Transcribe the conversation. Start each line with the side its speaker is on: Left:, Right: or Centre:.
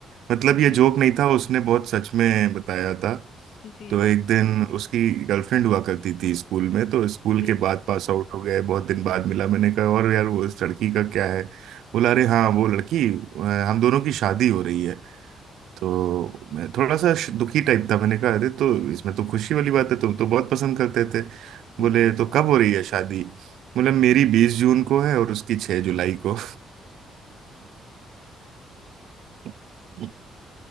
Right: मतलब
Left: जी
Right: ये जोक नहीं था उसने बहुत सच में बताया था
Left: जी
Right: तो एक दिन उसकी गर्लफ्रेंड हुआ करती थी स्कूल में तो स्कूल
Left: जी
Right: के बाद पास आउट हो गए बहुत दिन बाद मिला मैंने कहा और यार वो इस लड़की का क्या है बोला अरे हाँ वो लड़की अ, हम दोनों की शादी हो रही है तो मैं थोड़ा सा श- दुखी टाइप था मैंने कहा अरे तो इसमें तो खुशी वाली बात है तुम तो बहुत पसंद करते थे
Left: जी
Right: बोले तो कब हो रही है शादी बोले मेरी बीस जून को है और उसकी छह जुलाई को <laughs> हम्म